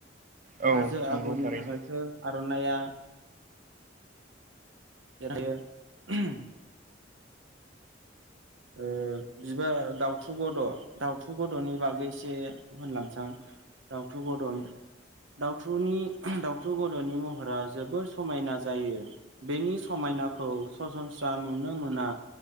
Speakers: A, on the right; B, on the right.
A: औ
B: हाजो आगरनि
A: नंगौ थारैनो
B: थाखायसो आर'नाइया <unintelligible> ो ओ बिबार दाउथु गद' दाउथु गद'नि बागैसे होनलांसां दाउथु गदन दउथु दाउथु गद'नि महरा जोबोर समायना जायो। बेनि समायनाखौ सरासनस्रा नुनो मोना